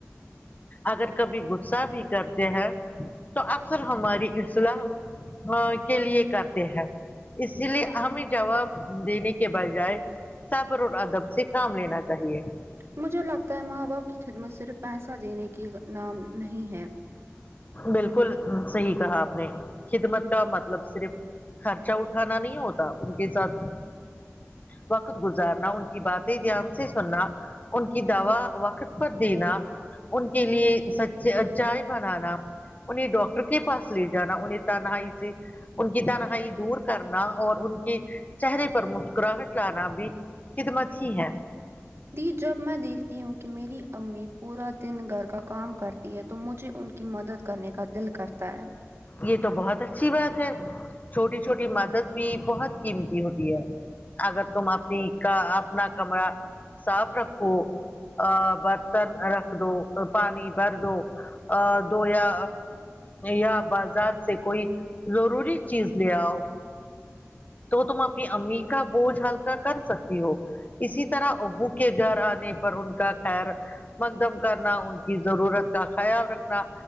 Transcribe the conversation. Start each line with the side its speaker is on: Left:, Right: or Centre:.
Left: اگر کبھی غصہ بھی کرتے ہیں تو اکثر ہماری اصلاح ہاں کے لیے کرتے ہیں اسی لیے ہمیں جواب دینے کے بجائے صبر اور ادب سے کام لینا چاہیے
Right: مجھے لگتا ہے ماں باپ کی خدمت صرف پیسہ دینے کے نام نہیں ہے
Left: بالکل صحیح کہا آپ نے خدمت کا مطلب صرف خرچہ اٹھانا نہیں ہوتا ان کے ساتھ وقت گزارنا ان کی باتیں دھیان سے سننا ان کی دوا وقت پر دینا ان کے لیے سچ چاہے بنانا انہیں ڈاکٹر کے پاس لے جانا انہیں تنہائی سے ان کی تنہائی دور کرنا اور ان کے چہرے پر مسکراہٹ لانا بھی خدمت ہی ہے
Right: دی جب میں دیکھتی ہوں کہ میری امی پورا دن گھر کا کام کر تی ہے تو مجھے ان کی مدد کرنے کا دل کرتا ہے
Left: یہ تو بہت اچھی بات ہے چھوٹی چھوٹی مدد بھی بہت قیمتی ہوتی ہے اگر تم اپنی کا اپنا کمرہ صاف رکھو ا برتن رکھ دو پانی بھر دو ا دو یا یا بازار سے کوئی ضروری چیز لے آؤ تو تم اپنی امی کا بوجھ ہلکا کر سکتی ہو اسی طرح ابو کے گھر آنے پر ان کا خیر مقدم کرنا ان کی ضرورت کا خیال رکھنا